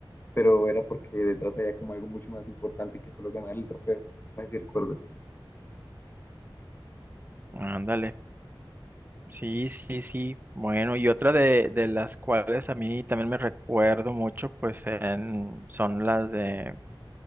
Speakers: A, on the left (about 25°); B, on the right (about 20°).
A: Pero era porque detrás había como algo mucho más importante que solo ganar el trofeo. Así recuerdas.
B: Ándale. Sí, sí, sí. Bueno, y otra de, de las cuales a mí también me recuerdo mucho, pues en- son las de,